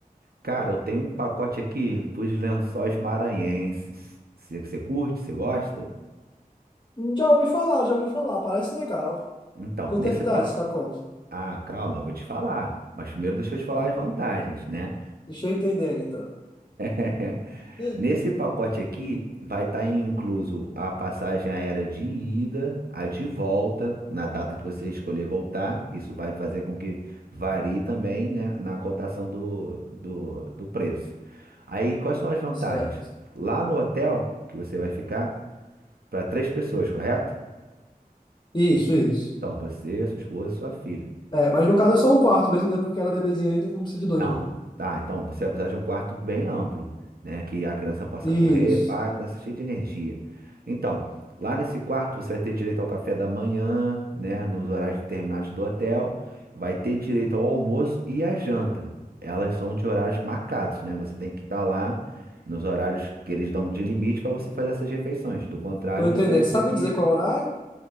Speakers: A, on the right; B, on the left.
A: cara, eu tenho um pacote aqui pros Lençóis Maranhenses. Você, você curte? Você gosta?
B: Hum, Já ouvi falar, já ouvi falar, parece legal.
A: Então,
B: Quanto
A: nesse
B: é que tá
A: pacote.
B: esse pacote?
A: Ah, calma, eu vou te falar. Mas primeiro deixa eu te falar
B: Ah,
A: as vantagens, né?
B: deixa eu entender então.
A: <laughs>
B: <gasps>
A: Nesse pacote aqui vai estar incluso a passagem aérea de ida, a de volta, na data que você escolher voltar. Isso vai fazer com que varie também, né, na cotação do, do, do preço. Aí, quais são as vantagens?
B: Certo.
A: Lá no hotel que você vai ficar, para três pessoas, correto?
B: Isso, isso.
A: Então, você, sua esposa e sua filha.
B: É, mas no caso é só um quarto mesmo, né? Porque ela é bebezinha ainda, não precisa de dois,
A: Não.
B: não.
A: Ah, então você vai precisar de um quarto bem amplo, né? Que a criança possa
B: Isso.
A: correr, pá, a criança cheia de energia. Então, lá nesse quarto você vai ter direito ao café da manhã, né? Nos horários determinados do hotel. Vai ter direito ao almoço e à janta. Elas são de horários marcados, né? Você tem que estar lá nos horários que eles dão de limite para você fazer essas refeições. Do contrário,
B: Tô entendendo.
A: você vai
B: Sabe
A: ter que.
B: me dizer qual é o horário?